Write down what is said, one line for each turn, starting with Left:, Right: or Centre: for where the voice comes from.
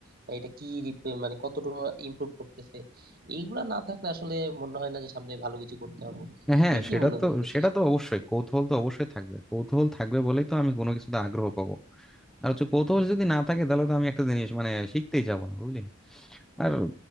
Right: বা এটা কি রিপ- মানে কতটুকু ইমপ্রুভ করতেছে এইগুলা না থাকলে আসলে মনে হয় না যে সামনে ভালো কিছু করতে পারবো
Centre: হ্যাঁ
Right: তুই কি
Centre: সেটা
Right: মনে
Centre: তো
Right: করতেছিস
Centre: সেটা তো অবশ্যই কৌতূহল তো অবশ্যই থাকবে কৌতূহল থাকবে বলেই তো আমি কোনো কিছুতে আগ্রহ পাবো আর হচ্ছে কৌতূহল যদি না থাকে তাহলে তো আমি একটা জিনিস মানে শিখতেই যাবো না বুঝলি আর